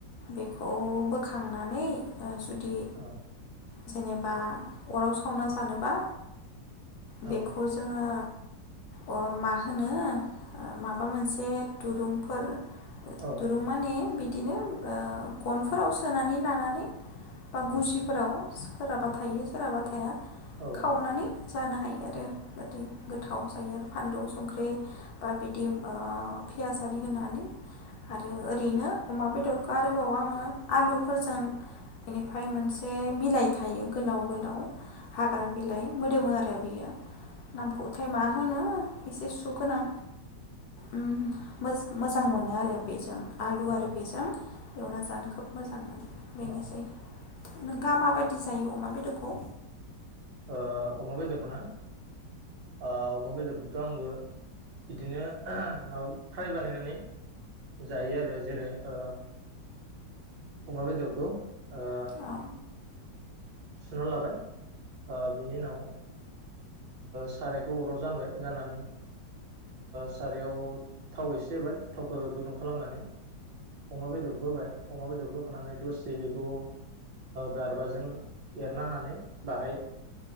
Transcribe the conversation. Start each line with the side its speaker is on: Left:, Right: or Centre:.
Left: बेखौ बोखां नानै ओ सु दि
Right: औ
Left: जेनेबा अराव सावना जानोबा बेखौ
Right: औ
Left: जोङो अ मा होनो माबा मोनसे दुरुंफोर
Right: औ
Left: दुरुंमाने बि बिदिनो ओ गनफोराव सोनानै लानानै बा गुजिफोराव सोराबा थायो सोराबा थाया
Right: औ
Left: खावनानै
Right: उम
Left: जानो हायो
Right: औ
Left: आरो बादै गोथाव जायो आरो फानलु संख्रि बा बिदि ओ पियास आरि होनानै आरो ओरैनो अमा बेदरखौ आरोबाव आङो आलु फोरजों बेनिफाय मोनसे बिलाइ थायो गोलाव गोलाव हग्रााबिलाय मोदोमो आरो बियो नामखौ फाय मा होनो इसे सुगोनां ओम मोजां मोजां मोनो आरो बेजों आलु
Right: औ
Left: आरो बेिजों एवना जानो खोब मोजां मोनो बेनोसै
Right: औ ओ
Left: नोंथाङा माबायदि जायो अमा बेदरखौ
Right: ओ अमा बेदरखौ ना ओ अमा बेदरखौथ' आंबो बिदिनो माबा फ्राय बानायनानै जायो आरो जेरै ओ अमा बेदरखौ ओ
Left: औ
Right: सुुनानै लाबाय ओ बिनि उनाव सारायखौ अराव जानबाय जाननानै सारायाव थाव एसे होबाय थावखौ गुदुं खालामनानै अमा बेदरखौ होबाय अमा बेदरखौ होखांनानै दसे बेखौ गारबाजों एरनानानै बाहाय